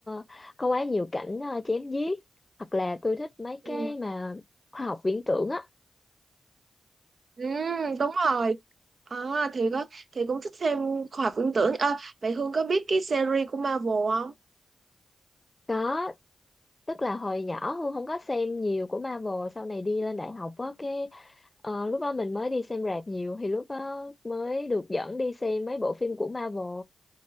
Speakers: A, on the left; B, on the right.
A: ờ, có quá nhiều cảnh ờ, chém giết hoặc là tôi thích mấy cái
B: ừ,
A: mà khoa học viễn tưởng á
B: ừ đúng rồi à, thì có thì cũng thích xem khoa học viễn tưởng Ờ vậy Hương có biết cái series của Marvel không
A: có tức là hồi nhỏ Hương không có xem nhiều của Marvel sau này đi lên đại học á cái ờ, lúc đó mình mới đi xem rạp nhiều thì lúc đó mới được dẫn đi xem mấy bộ phim của Marvel